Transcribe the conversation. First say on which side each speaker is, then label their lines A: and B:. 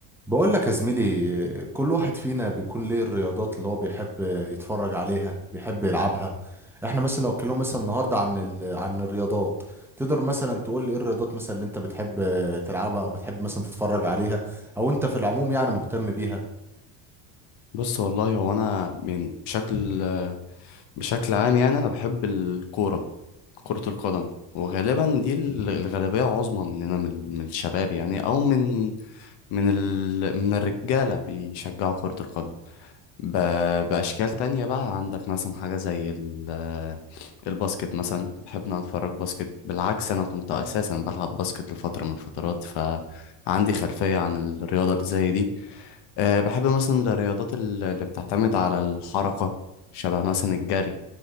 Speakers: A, in the centre; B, on the left.
A: بقول لك يا زميلي كل واحد فينا بيكون ليه الرياضات اللي هو بيحب يتفرج عليها بيحب يلعبها احنا مثلا لو اتكلمنا مثلا النهارده عن ال... عن الرياضات تقدر مثلا تقول لي ايه الرياضات مثلا اللي انت بتحب تلعبها او بتحب مثلا تتفرج عليها او انت في العموم يعني مهتم بيها
B: بص والله هو انا يعني بشكل بشكل عام يعني انا بحب الكوره كره القدم وغالبا دي ال- الغالبيه عظمى مننا من من الشباب يعني او من من ال من الرجاله بيشجعوا كره القدم ب... بأشكال تانية بقى عندك مثلا حاجة زي ال... الباسكت مثلا بحب إن أنا أتفرج باسكت بالعكس أنا كنت أساسا بلعب باسكت لفترة من الفترات فعندي خلفية عن الرياضة اللي زي دي أه بحب مثلا الرياضات ال- اللي بتعتمد على الحركة شبه مثلا الجري